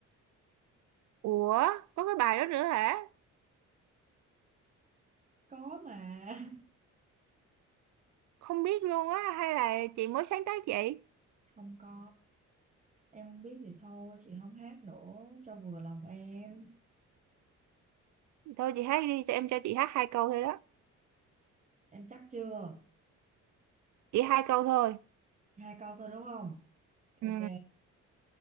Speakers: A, on the right; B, on the right.
A: ủa có cái bài đó nữa hả
B: có mà <laughs>
A: không biết luôn á hay là chị mới sáng tác vậy
B: không có em không biết thì thôi chị không hát nữa cho vừa lòng em
A: thôi chị hát đi cho em cho chị hát hai câu thôi đó
B: em chắc chưa
A: chỉ hai câu thôi
B: hai câu thôi đúng không ok
A: Ừ.